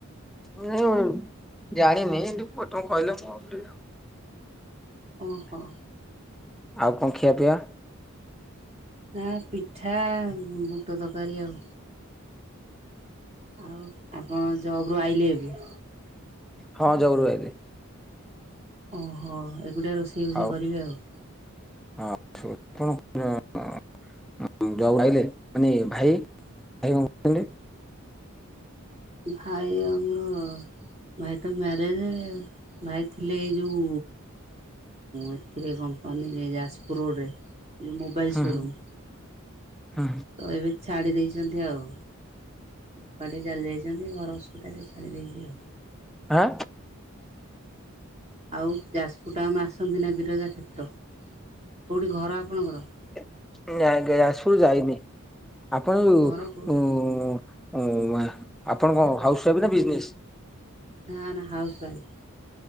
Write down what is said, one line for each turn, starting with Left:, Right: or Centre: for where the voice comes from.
Centre: ମୁଁ ଜାଣିନି ଏଟି <unintelligible> ପ କହିଲେ <unintelligible>
Right: ଓହୋ।
Centre: ଆଉ କଣ ଖିଆ ପିଆ।
Right: ନା ପିଠା ବୁଟ ତରକାରୀ ଆଉ। ଆଉ ଆପଣ ଜବ ରୁଆଇଲେ ଏବେ।
Centre: ହଁ ଜବରୁ ଆଇଲି।
Right: ଓହୋ ଏଗୁଢାରୋଷେଇ ବୋଷେଇ
Centre: ଆଉ
Right: କରିବେ ଆଉ।
Centre: <unintelligible> ଜବ ଆଇଲେ ମାନେଭାଇ ଭାଇ କଣ କରଚନ୍ତି।
Right: ଭାଇ ଆମର ଭାଇ ତ ମ୍ୟାରେଜେ ଭାଇ ଥିଲେ ଏଇ ଯୋଉ ଏଥିରେ କମ୍ପାନୀରେ ଯାଜପୋରଡୋରେ। ଏଇ ଯୋ ମୋବାଇଲ
Centre: ହୁଁ
Right: ସୋରୁମ୍
Centre: ହୁଁ ହୁଁ
Right: ଏବେ ଛାଡ଼ି ଦେଇଚନ୍ତି ଆଉ। କୁଆଡେ ଚାଲିଯାଇଚନ୍ତି ଘର ଅସୁବିାଧାଟିକେ ଛାଡ଼ିଦେଇକି ଆଉ।
Centre: ଆଁ।
Right: ଆଉ ଯାଜପୁର ଟାଉନ ଆସନ୍ତି ନା ବିରଜା କ୍ଷେତ୍ର କୋଉଠି ଘର ଆପଣଙ୍କର।
Centre: ନାଁ <unintelligible> ନଯାଜପୁର ଯାଇନି ଆପଣ କୁ
Right: ଘର କେଉଁଠି
Centre: ଉ ଉ ଆଁ ଆପଣ କଣ ହାଉସ ୱାଇଫ ନା ବିଜନେସି।
Right: ନା ନା ହାଉସ୍ୱାଇଫ୍।